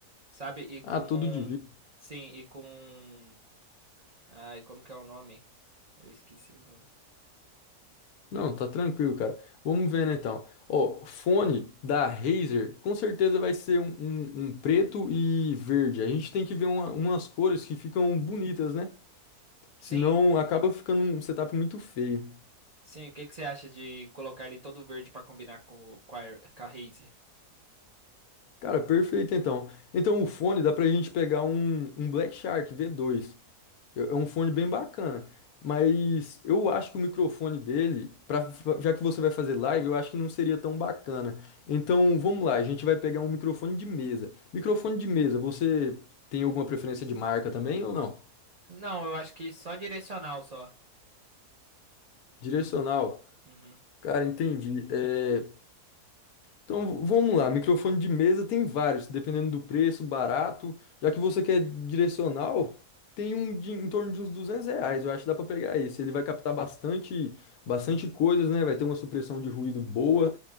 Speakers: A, on the right; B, on the left.
A: sabe? E com
B: Ah, todo de vidro.
A: sim, e com ai, como que é o nome? Eu esqueci o nome.
B: Não, tá tranquilo, cara. Vamos vendo então. Ó, fone da Razer, com certeza vai ser um, um- um preto e verde. A gente tem que ver uma- umas cores que ficam bonitas, né? Senão
A: Sim,
B: acaba ficando um setup muito feio.
A: Sim, o que que você acha de colocar ele todo verde pra combinar com, com a, com a Raze?
B: Cara, perfeito então. Então o fone dá pra gente pegar um, um Black Shark v dois. É é um fone bem bacana. Mas eu acho que o microfone dele, pra, já que você vai fazer live, eu acho que não seria tão bacana. Então vamos lá, a gente vai pegar um microfone de mesa. Microfone de mesa, você tem alguma preferência de marca também ou não?
A: Não, eu acho que só direcional só.
B: Direcional.
A: Uhum.
B: Cara, entendi. É, Então vamos lá, microfone de mesa tem vários, dependendo do preço, barato. Já que você quer direcional, tem um de, em torno de uns 200 reais, eu acho que dá para pegar esse. Ele vai captar bastante, bastante coisas, né? Vai ter uma supressão de ruído boa.